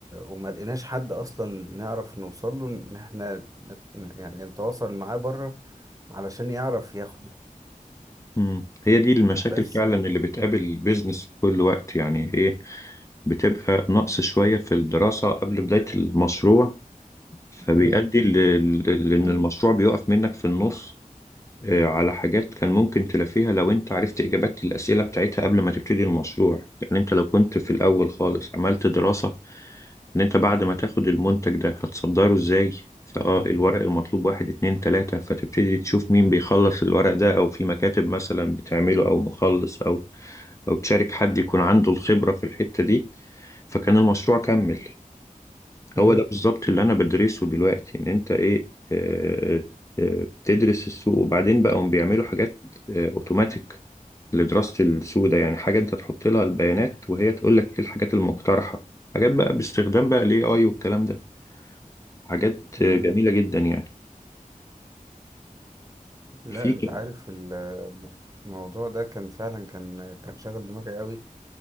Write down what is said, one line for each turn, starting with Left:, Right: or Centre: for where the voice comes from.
Right: وما لقيناش حد أصلا نعرف نوصل له إن إحنا نت... يعني نتواصل معاه بره علشان يعرف ياخده
Left: امم هي دي المشاكل
Right: بس
Left: فعلا اللي بتقابل البيزنس في كل وقت يعني ايه بتبقى نقص شوية في الدراسة قبل بداية المشروع فبيؤدي
Right: مم.
Left: ل- ل- لان
Right: مم.
Left: المشروع بيقف منك في النص آه، على حاجات كان ممكن تلافيها لو انت عرفت اجابات الاسئله بتاعتها قبل ما تبتدي المشروع يعني انت لو كنت في الاول
Right: بالظبط
Left: خالص عملت دراسه ان انت بعد ما تاخد المنتج ده هتصدره ازاي فاه الورق المطلوب واحد اتنين تلاته فتبتدي تشوف مين بيخلص الورق ده او في مكاتب مثلا بتعمله او مخلص او او تشارك حد يكون عنده الخبره في الحته دي فكان المشروع كمل
Right: مم.
Left: هو ده بالظبط اللي انا بدرسه دلوقتي ان انت ايه آه، آه، بتدرس السوق وبعدين بقى هم بيعملوا حاجات اوتوماتيك لدراسة السوق ده يعني حاجة انت تحط لها البيانات وهي تقول لك ايه الحاجات المقترحة حاجات بقى باستخدام بقى الاي اي والكلام ده حاجات
Right: مم.
Left: آه، جميلة جدا يعني
Right: لا
Left: في
Right: انت
Left: ك-
Right: عارف ال- الموضوع ده كان فعلا كان كان شاغل دماغي قوي